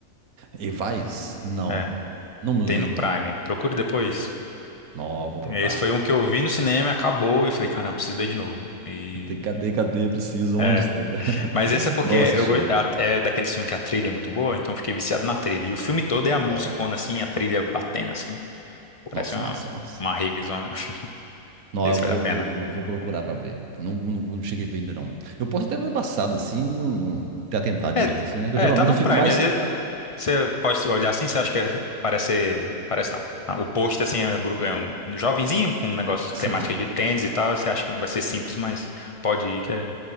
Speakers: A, on the right; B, on the left.
A: Evais? Não.
B: É.
A: Não me
B: Tem
A: lembro.
B: no Prime. Procure depois.
A: Não, vou procurar.
B: Esse foi um que eu vi no cinema, acabou, e eu falei, caramba, preciso ver de novo. E.
A: De- Cadê, cadê? Preciso, onde
B: É.
A: está? <laughs>
B: Mas esse é porque
A: Não assisti,
B: eu, go-
A: não.
B: é é daquele filme que a trilha é muito boa, então eu fiquei viciado na trilha. E o filme todo é a
A: Não.
B: musicona, assim, a trilha batendo, assim. Parece
A: Nossa,
B: uma,
A: massa, massa.
B: uma ravezona. <laughs>
A: Não,
B: Esse
A: eu vou,
B: vale a pena.
A: vou, vou, vou procurar pra ver. Não, não, não cheguei a ver ainda, não. Eu posso até ter passado assim, não, não ter atentado
B: É,
A: direito assim, né? Que eu geralmente
B: é, tá no
A: eu fico
B: Prime.
A: mais.
B: Você pode olhar assim, você acha que é- parece. Parece não. Ah, O post assim, é gru- é um jovenzinho com um negócio
A: Sim,
B: temática de tênis e tal. Você acha que vai ser simples, mas pode ir que é.